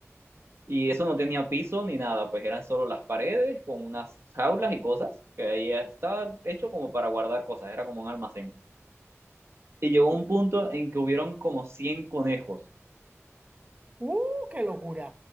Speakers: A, on the right; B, on the right.
A: Y eso no tenía piso ni nada, pues eran solo las paredes con unas jaulas y cosas, que ahí estaba hecho como para guardar cosas, era como un almacén. Y llegó un punto en que hubieron como 100 conejos.
B: ¡Uh, qué locura!